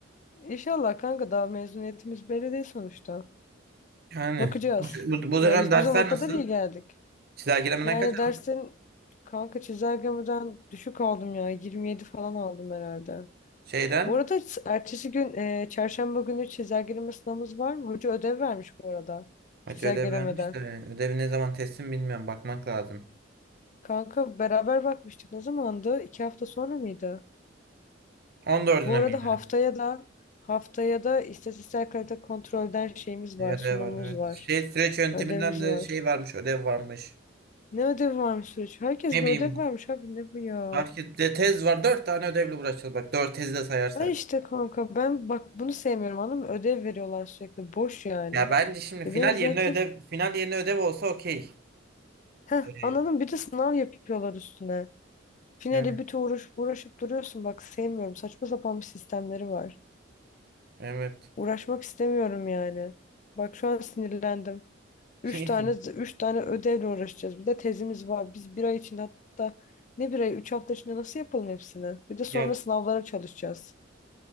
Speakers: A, on the left (about 40°); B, on the right (about 55°).
A: inşallah kanka daha mezuniyetimiz belli değil sonuçta.
B: Yani
A: Bakacağız.
B: bu, bu, bu
A: Ya
B: dönem
A: biz
B: dersler
A: bu zamana kadar
B: nasıl?
A: iyi geldik.
B: Çizelgelemeden
A: Yani
B: kaç
A: derslerin
B: aldın?
A: kanka çizelgemeden düşük aldım ya. 27 falan aldım herhalde.
B: Şeyden
A: Bu arada ertesi gün e, çarşamba günü çizelgeleme sınavımız var mı? Hoca ödev vermiş bu arada.
B: hoca
A: Çizelgelemeden.
B: ödev vermiş de ödevi ne zaman teslim bilmiyorum bakmak lazım.
A: Kanka beraber bakmıştık. Ne zamandı? İki hafta sonra mıydı?
B: 14'üne
A: Bu arada
B: miydi?
A: haftaya da haftaya da istatistiksel kalite kontrolden şeyimiz
B: E,
A: var,
B: ödev
A: sunumumuz
B: var evet.
A: var,
B: Şey süreç yönteminden
A: ödevimiz
B: de
A: var.
B: şey varmış ödev varmış.
A: Ne ödevi varmış süreç? Herkes
B: Ne
A: bir
B: bileyim
A: ödev vermiş abi ne bu ya?
B: herkes de tez var 4 tane ödevle uğraşacağız bak 4 tezi de sayarsak.
A: Ha işte kanka ben bak bunu sevmiyorum anladın mı? Ödev veriyorlar sürekli boş yani.
B: Ya bence şimdi
A: Ya
B: final
A: benim zaten
B: yerine ödev final yerine ödev olsa okey.
A: heh
B: E,
A: anladın mı? Bir de sınav yapıyorlar üstüne. Finali
B: yani
A: bütün uğraş, uğraşıp duruyorsun bak sevmiyorum. Saçma sapan bir sistemleri var.
B: evet.
A: Uğraşmak istemiyorum yani. Bak şu an sinirlendim.
B: <laughs>
A: Üç tane üç tane ödevle uğraşacağız. Bir de tezimiz var. Biz bir ay içinde hatta ne bir ay, üç hafta içinde nasıl yapalım hepsini? Bir de sonra
B: Ya
A: sınavlara çalışacağız.